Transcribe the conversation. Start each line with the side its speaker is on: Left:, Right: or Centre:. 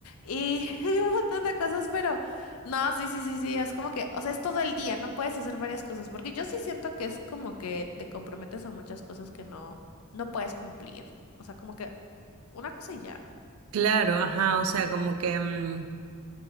Left: y <laughs> un montón de cosas, pero no, sí, sí, sí, sí, es como que, o sea, es todo el día, no puedes hacer varias cosas, porque yo sí siento que es como que te comprometes a muchas cosas que no, no puedes cumplir, o sea, como que una cosa y ya.
Right: Claro, ajá, o sea, como que... mm,